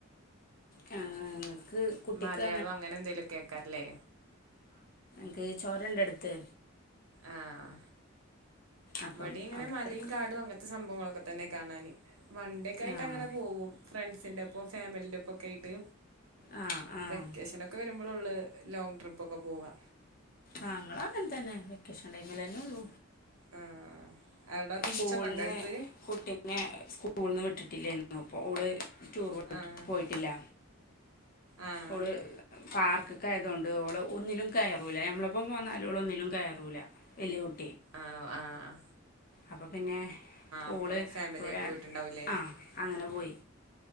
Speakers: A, on the left; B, on the right.
A: ഞങ്ങക്ക് കുട്ടിക്ക്
B: മലയാളം അങ്ങനെ എന്തേലും കേക്കാറില്ലേ
A: <unintelligible> അടുത്ത്
B: ആഹ്
A: അപ്പം
B: ഇവിടി ഇങ്ങനെ
A: അവിട്ക്ക്
B: മലയും
A: എടക്ക്
B: കാടും അങ്ങനത്തെ സംഭവങ്ങളൊക്കെ തന്നെ കാണാന് വൺണ്ടി ഒക്ക ആയിട്ട്
A: ആഹ്
B: അങ്ങനെ പോവും ഫ്രണ്ട്സിൻന്റെപ്പം ഫാമിലിന്റെ ഒപ്പ ഒക്കെ ആയിട്ട്
A: ആഹ് ആഹ്
B: വെക്കേഷനൊക്കെ വരുമ്പോള ള്ളു ലോങ് ട്രിപ്പ ഒക്കെ പോവാ
A: ആഹ് ങ്ങൾ അങ്ങൻ തന്നെ വെക്കേഷൻ ടൈമല്ലന്നെ ഉള്ളൂ
B: ആഹ് അവിടെ ബീച്ചൊക്കെ
A: സ്കൂൾന്ന്
B: ഉണ്ടോ അടുത്ത്
A: കുട്ടീനെ സ്കൂൾ ന്ന് വിട്ടിട്ടില്ലേന്ന് നോ പ്പോ ഓള് ടൂർ
B: ആഹ്
A: പോയിട്ടില്ല
B: ആഹ്
A: ഓൾ പാർക്കിക്ക് ആയത് കൊണ്ട് ഒന്നിലും കയറുല നമ്മൾ പ്പം പോന്നാലും ഓള് ഒന്നിലും കയറൂല്ല വല്ല്യ കു
B: ആഹ് ആഹ്
A: അപ്പം പിന്നെ
B: അപ്പൊ
A: ഓള്
B: ഫാമിലി
A: <unintelligible>
B: ആയിട്ട് പോയിട്ടുണ്ടാവൂലേ
A: ആഹ് അങ്ങനെ പോയി